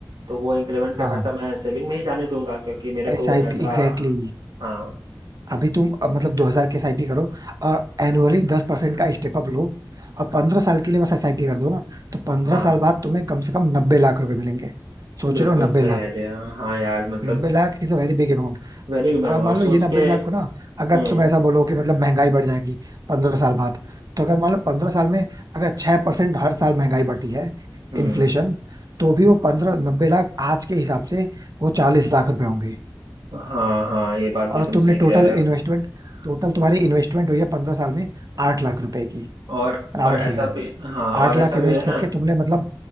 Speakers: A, on the right (about 65°); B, on the right (about 50°).
A: तो वो इंक्रीमेंट का
B: हाँ
A: पैसा मैं सेविंग में ही जाने दूंगा क्योंकि मेरे
B: एस
A: को वो
B: आई
A: पैसा
B: पी एग्जैक्टली
A: हाँ
B: अभी तुम अब मतलब दो हजार के एस आई पी करो और एनुअली दस परसेंट का स्टेप अप लो और पंद्रह साल के लिए बस एस आई पी कर दो ना तो पंद्रह
A: हाँ
B: साल बाद तुम्हें कम से कम नब्बे लाख रुपए मिलेंगे सोच
A: बिल्कुल
B: रहे हो नब्बे
A: सही
B: लाख
A: आइडिया हाँ यार मतलब
B: नब्बे lakh is a very big
A: वेरी
B: और
A: मैं और
B: मान
A: सोच
B: लो ये नब्बे
A: के
B: लाख को ना अगर
A: हम्म
B: तुम ऐसा बोलो कि मतलब महंगाई बढ़ जाएगी पंद्रह साल बाद तो अगर मान लो पंद्रह साल में अगर छह परसेंट हर साल महंगाई बढ़ती है
A: हम्म
B: इन्फ्लेशन तो भी वो पंद्रह नब्बे लाख आज के हिसाब से वो चालीस लाख रुपए होंगे
A: हाँ हाँ ये बात भी
B: और
A: तुम
B: तुमने
A: सही
B: टोटल
A: कह रहे हो
B: इन्वेस्टमेंट टोटल तुम्हारी इन्वेस्टमेंट हुई है पंद्रह साल में आठ लाख रुपए की
A: और
B: राउंड
A: और ऐसा
B: फिगर
A: भी हाँ और
B: आठ लाख
A: ऐसा
B: इन्वेस्ट
A: भी है
B: करके
A: ना
B: तुमने मतलब